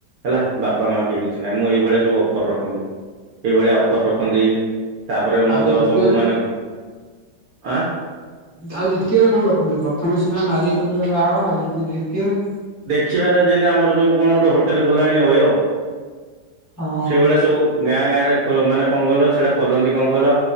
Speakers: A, on the right; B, on the left.
A: ହେଲା ବାପା ମା କେହି କିଛି ନାଇଁ ମୁଁ ଏଇଭଳିଆ ସବୁ ଅଫର ରଖନ୍ତି ଏଇଭଳିଆ ଅଫର ରଖନ୍ତି। ତାପରେ ମଦ
B: ଆଉ ଦ୍ଵିତୀୟରେ
A: ସବୁ ମାନେ ଆଁ?
B: ଆଉ ଦ୍ଵିତୀୟରେ କଣ ରଖନ୍ତି ପ୍ରଥମେ ସିନା ନାରୀ ପୁରୁଷ ବାହାଘର ଦ୍ଵିତୀୟରେ?
A: କିଛିବାର ଯେମିତି ଆମର ଯେଉଁ କଣ ଗୋଟେ ହୋଟେଲ ଖୋଲା ହେଇନି ଅୟ
B: ହଁ
A: ସେଇଭଳିଆ ସବୁ ଗାଁ ଗାଁ ରେ ମାନେ କଣ କହିଲ ସେଇଟା ଖୋଲନ୍ତି କଣ କହିଲ?